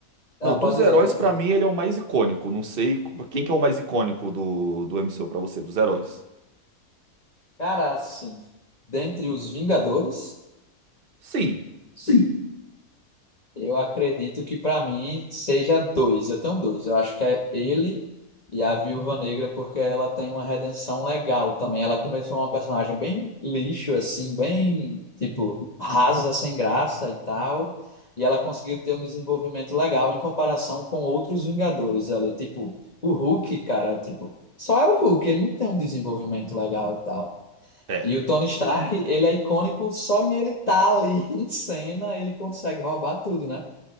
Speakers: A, on the left (about 30°); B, on the right (about 40°).
A: Ah,
B: não,
A: pode
B: dos heróis
A: dizer, pode
B: pra
A: dizer.
B: mim ele é o mais icônico, não sei quem que é o mais icônico do, do MCU pra você, dos heróis.
A: Cara, assim, dentre os Vingadores,
B: Sim.
A: Sim. eu acredito que pra mim seja dois. Eu tenho dois. Eu acho que é ele e a Viúva Negra, porque ela tem uma redenção legal também. Ela começou uma personagem bem lixo, assim, bem, tipo, rasa, sem graça e tal. E ela conseguiu ter um desenvolvimento legal em comparação com outros Vingadores ali. Tipo, o Hulk, cara, tipo, só é o Hulk, ele não tem um desenvolvimento legal e tal.
B: é
A: E o Tony Stark, ele é icônico só em ele estar ali <laughs> em cena, ele consegue roubar tudo, né?